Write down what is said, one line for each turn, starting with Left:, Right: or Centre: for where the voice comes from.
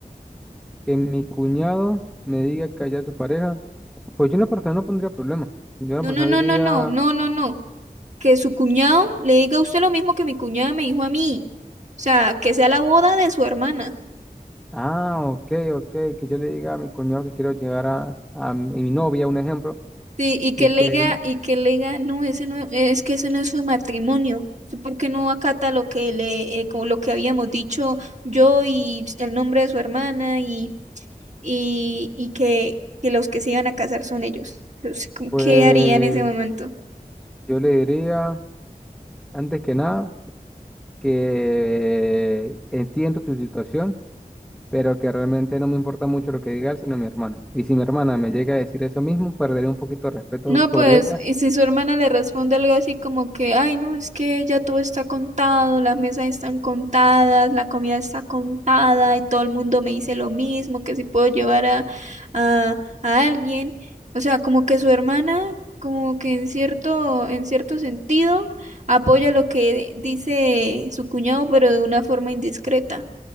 Centre: que mi cuñado me diga que haya su pareja, pues yo en lo personal no pondría problema. Yo en
Right: No,
Centre: lo personal
Right: no, no,
Centre: diría,
Right: no, no, no, no, no. que su cuñado le diga a usted lo mismo que mi cuñada me dijo a mí. O sea, que sea la boda de su hermana.
Centre: ah, ok, ok, que yo le diga a mi cuñado que quiero llegar a, a mi mi novia, un ejemplo,
Right: Sí, y que
Centre: y
Right: le
Centre: que
Right: diga,
Centre: él,
Right: y que le diga, no, ese no, es que ese no es su matrimonio. ¿Usted ¿Por qué no acata lo que le, eh, como lo que habíamos dicho yo y el nombre de su hermana y, y, y que, que los que se iban a casar son ellos? O sea, ¿cómo-
Centre: pues
Right: ¿Qué haría en ese momento?
Centre: yo le diría, antes que nada, que entiendo su situación pero que realmente no me importa mucho lo que diga él, sino mi hermana. Y si mi hermana me llega a decir eso mismo, perderé un poquito de respeto
Right: No,
Centre: sobre
Right: pues,
Centre: ella,
Right: y si su hermana le responde algo así como que, ay, no, es que ya todo está contado, las mesas están contadas, la comida está contada y todo el mundo me dice lo mismo, que si puedo llevar a, a, a alguien. O sea, como que su hermana, como que en cierto, en cierto sentido, apoya lo que dice su cuñado, pero de una forma indiscreta.